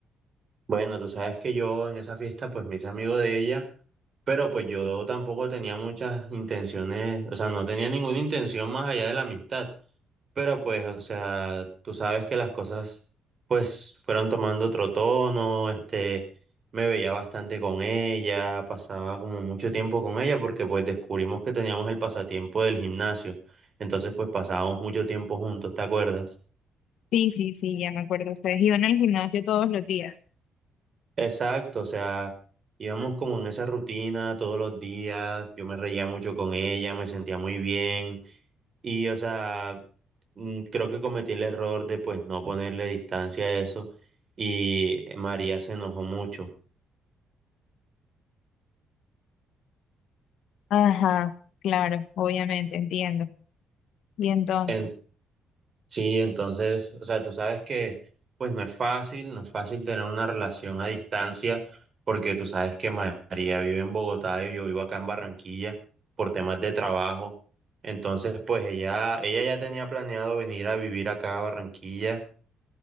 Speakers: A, on the right; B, on the left.
A: Bueno, tú sabes que yo en esa fiesta pues me hice amigo de ella, pero pues yo tampoco tenía muchas intenciones, o sea, no tenía ninguna intención más allá de la amistad. Pero pues, o sea, tú sabes que las cosas pues fueron tomando otro tono, este, me veía bastante con ella, pasaba como mucho tiempo con ella porque pues descubrimos que teníamos el pasatiempo del gimnasio, entonces pues pasábamos mucho tiempo juntos, ¿te acuerdas?
B: Sí, sí, sí, ya me acuerdo. Ustedes iban al gimnasio todos los días.
A: Exacto, o sea, íbamos como en esa rutina todos los días, yo me reía mucho con ella, me sentía muy bien. Y, o sea, mm, creo que cometí el error de pues no ponerle distancia a eso y María se enojó mucho.
B: Ajá, claro, obviamente, entiendo. Y entonces,
A: En- sí, entonces, o sea, tú sabes que pues no es fácil, no es fácil tener una relación a distancia porque tú sabes que Ma- María vive en Bogotá y yo vivo acá en Barranquilla por temas de trabajo. Entonces, pues ella, ella ya tenía planeado venir a vivir acá a Barranquilla